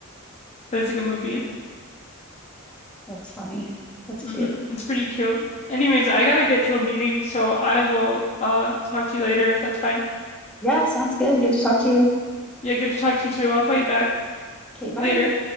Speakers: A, on the left (about 30°); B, in the centre.
A: but it's like a movie.
B: that's funny. That's
A: hmm
B: cute.
A: It's pretty cute. Anyways, I gotta get to a meeting, so I will uh talk to you later if that's fine.
B: Yeah, sounds good. Good to talk to you.
A: Yeah, good to talk to you too. I'll call you back
B: Okay, bye.
A: later.